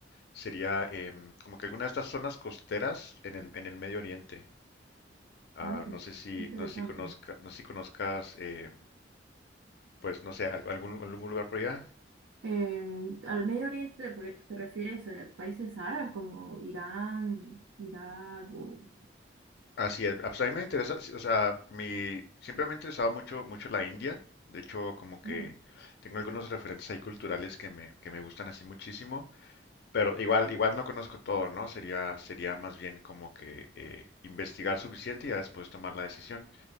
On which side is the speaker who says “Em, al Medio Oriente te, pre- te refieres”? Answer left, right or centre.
Right